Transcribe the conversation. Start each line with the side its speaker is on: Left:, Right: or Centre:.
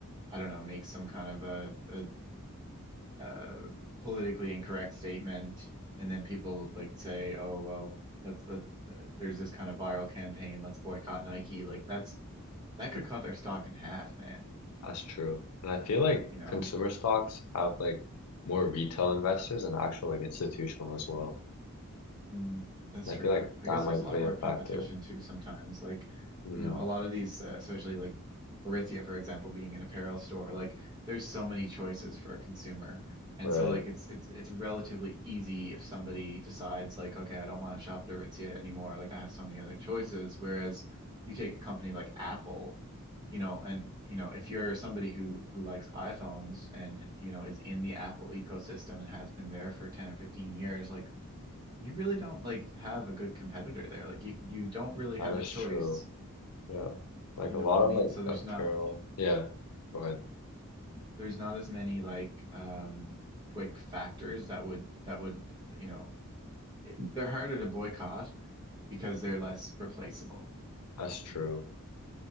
Right: I don't know, makes some kind of a, a, a politically incorrect statement, and then people like say, "Oh, well, let's let, uh, there's this kind of viral campaign, let's boycott Nike." Like that's that could cut their stock in half, man,
Left: That's true. And I feel like
Right: you know?
Left: consumer stocks have like more retail investors and actual like institutional as well.
Right: Mm, that's
Left: And
Right: true.
Left: I feel like
Right: I
Left: that
Right: guess
Left: might
Right: there's a lot
Left: play
Right: more
Left: a factor.
Right: competition too sometimes. Like,
Left: Mm,
Right: you know, a lot of these, uh, especially like Aritzia, for example, being an apparel store, like there's so many choices for a consumer. And
Left: right.
Right: so like it's it's it's relatively easy if somebody decides like, okay, I don't want to shop at Aritzia anymore. Like I have so many other choices. Whereas you take a company like Apple, you know, and you know, if you're somebody who who likes iPhones and you know is in the Apple ecosystem and has been there for 10 or 15 years, like you really don't like have a good competitor there. Like you you don't really
Left: That
Right: have
Left: is
Right: a choice,
Left: true. Yeah. Like
Right: you
Left: a
Right: know
Left: lot
Right: what I mean?
Left: of like
Right: So there's
Left: apparel.
Right: not
Left: Yeah. Go ahead.
Right: there's not as many like um quick factors that would that would, you know, it, they're harder to boycott because they're less replaceable.
Left: That's true.